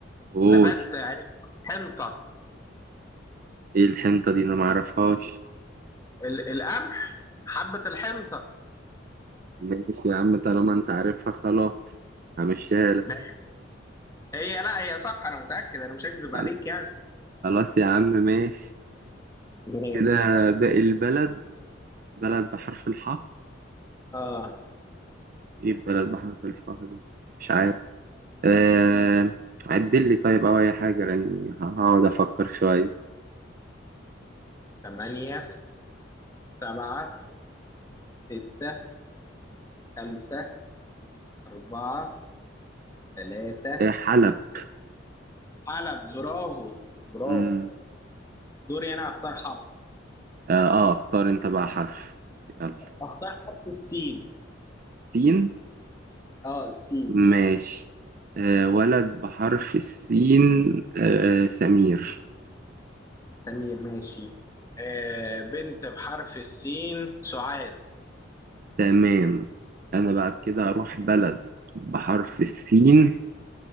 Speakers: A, on the right (about 45°); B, on the left (about 15°).
A: قول
B: نبات عرفت حنطة
A: ايه الحنطة دي انا معرفهاش
B: ال القمح حبة الحنطة
A: ماشي يا عم طالما انت عارفها خلاص همشيها لك
B: ماشي. هي لا هي صح أنا متأكد أنا مش هكذب
A: خل-
B: عليك يعني
A: خلاص يا عم ماشي
B: ماشي
A: كده باقي البلد بلد بحرف الحاء
B: اه
A: ايه بلد بحرف الحاء دي مش عارف آه... عدل لي طيب او اي حاجة لاني ه- هقعد افكر شوية
B: ثمانية سبعة ستة خمسة أربعة ثلاثة
A: آه حلب
B: حلب برافو برافو
A: مم.
B: دوري أنا أختار حرف
A: اه آه، اختار انت بقى حرف يلا
B: أختار حرف السين
A: سين
B: اه السين
A: ماشي آه ولد بحرف السين آه سمير
B: سمير ماشي آه بنت بحرف السين سعاد
A: تمام أنا بعد كده هروح بلد بحرف السين